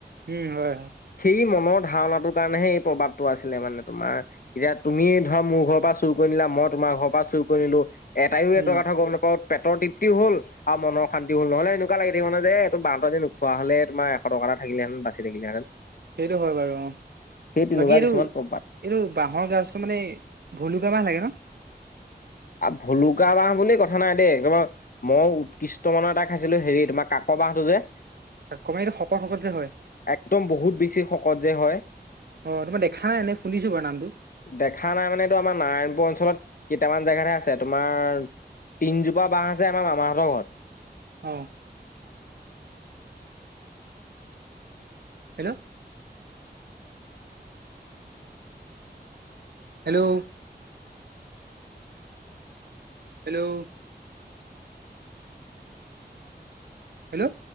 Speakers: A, on the right (about 65°); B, on the left (about 55°).
A: উম হয়।
B: সেই মনৰ ধাৰণাটোৰ কাৰণেহে এই প্ৰভাৱটো আছিলে মানে তোমাৰ এতিয়া তুমি ধৰা মোৰ ঘৰৰ পৰা চুৰ কৰি নিলা মই তোমাৰ ঘৰৰ পৰা চুৰ কৰি নিলো এটাইও
A: উম,
B: এটা কথা গম নেপাওঁ পেটৰ তৃপ্তিও হ'ল। আৰু মনৰ শান্তিও হ'ল নহলে এনেকুৱা লাগি থাকিব নে যে এইটো বাঁহ নোখোৱা হলে তোমাৰ এশ টকা এটা থাকিলে হেতেন বাচি বাচি থাকিলে হেতেন।
A: সেইটো হয় বাৰু অৱ
B: তেনেকুৱা
A: বাকী এইটো
B: কিছুমান
A: এইটো
B: প্ৰবাদ
A: বাঁহৰ গাজটো মানে ভুলুকা বাঁহ লাগে ন?
B: ভুলুকা বাঁহ বুলি কথা নাই দেই, তাৰ পা - মই উৎকৃষ্ট মানৰ এটা খাইছিলো হেৰি তোমাৰ কাক বাহটো যে -
A: কাক বাঁহ সেইটো শকত শকত যে হয়!
B: একদম বহুত বেছি শকত যে হয়।
A: অঁ তোমাৰ দেখা নাই এনে শুনিছো বাৰু নামটো।
B: দেখা নাই মানে এইটো আমাৰ নাৰায়ণপুৰ অঞ্চলত কেইটামান - জেগাতে আছে তোমাৰ তিনজোপা বাঁহ আছে আমাৰ মামাহঁতৰ ঘৰত।
A: অ। Hello hello hello hello